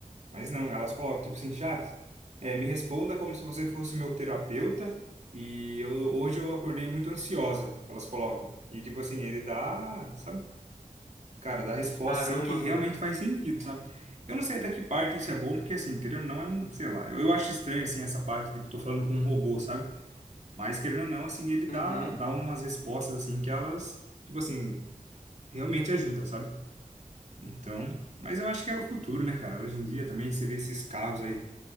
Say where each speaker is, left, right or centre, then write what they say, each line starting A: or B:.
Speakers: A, on the right; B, on the left.
A: Mas não, elas colocam tipo assim, chat, é, me responda como se você fosse meu terapeuta e eu, hoje eu acordei muito ansiosa, elas colocam. E tipo assim, ele dá, sabe? cara, dar resposta
B: Caramba,
A: assim que realmente
B: cara.
A: faz sentido, sabe? Eu não sei até que parte isso é bom, porque assim, querendo ou não, é um, sei lá, eu, eu acho estranho assim essa parte, tipo, eu tô falando com um robô, sabe? Mas querendo ou não, assim, ele dá,
B: Uhum.
A: dá umas respostas assim que elas, tipo assim, realmente ajuda, sabe? Então, mas eu acho que é o futuro, né, cara? Hoje em dia também você vê esses carros aí,